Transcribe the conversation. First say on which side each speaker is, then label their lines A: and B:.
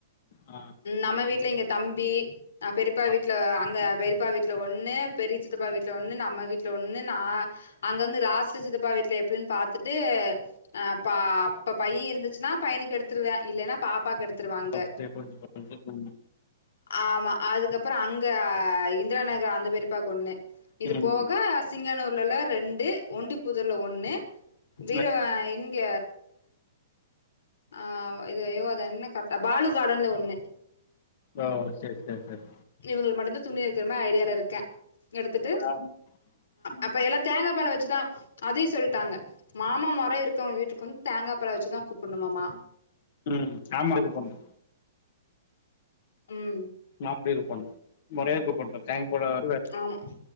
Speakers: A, on the left; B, on the left.
A: அ
B: நம்ம வீட்ல இங்க தம்பி அ பெரியப்பா
A: ஆ
B: வீட்டுல அங்க பெரியப்பா வீட் ல ஒண்ணு பெரிய சித்தப்பா வீட்ல ஒண்ணு நம்ம வீட்ல ஒண்ணு நா அங்க வந்து லாஸ்ட்சித்தப்பா வீட்ல எப்டின் பாத்துட்டு அ பா அப்ப பையன் இருந்துச்சுன்னா பையனுக்கு எடுத்துடுவே இல்லைன்னா பாப்பாக்கு எடுத் துருவா அங்க
A: ஓ சரி புரிஞ்சு புரிஞ்சு ம்
B: ஆமா அதுக்கப்புற அங்க இந்திரா நகர் அந்த பெரிப்பாக்கு ஒண்ணு இது
A: ம்
B: போக சிங்கனூர்ல ரெண்டு ஒண்டிப்புதுர்ல ஒன்னு வீரவ
A: ம்.
B: இங்க அ இது ஐயோ அதா என்ன கரெடா பாலு காடன்ல ஒண்ணு
A: ஓ சேரி சேரி சேரி
B: இவங்களுக்கு மட்டுந்து துணி எடுக்கிற மாரி ஐடியால இருக்க எடுத்துட்டு
A: ஆ ம்
B: அப்ப எல்லாத்த தேங்காபழ வச்சுதா அதையு சொல்ட்டாங்க மாமா மொர இருக்கவங்க வீட்டுக்கு வந்து தேங்காபழ வச்சுதா கூப்டணுமாமா
A: ம் ஆமா இப்படி கூப்பனு
B: ம்
A: நாடி இருபம் மொறையா கூப்டனு தேங்க் போட வருவா
B: ஆமா